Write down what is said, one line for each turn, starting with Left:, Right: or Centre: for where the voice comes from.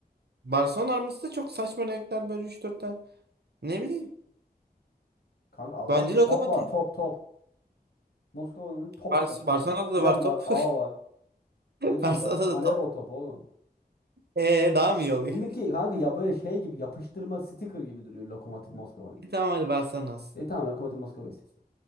Right: Barcelona arması da çok saçma renkler böyle üç 4 tane. Ne bileyim.
Left: Kanka Allah
Right: Bence
Left: aşkına
Right: Lokomotiv.
Left: top var top top. Moskova'nın top
Right: Bar-
Left: var.
Right: Barcelona'da
Left: Tren
Right: da var top.
Left: var ağ var.
Right: <laughs>
Left: En azından
Right: Barcelona'da
Left: vo-
Right: da
Left: voleybol
Right: top.
Left: topu oğlum.
Right: Ee daha mı iyi oluyor?
Left: Bununki kanka ya böyle şey gibi yapıştırma sticker gibi duruyor Lokomotiv Moskova'nınki.
Right: <laughs> Tamam hadi Barcelona.
Left: E tamam Lokomotiv Moskova'yı seçtim.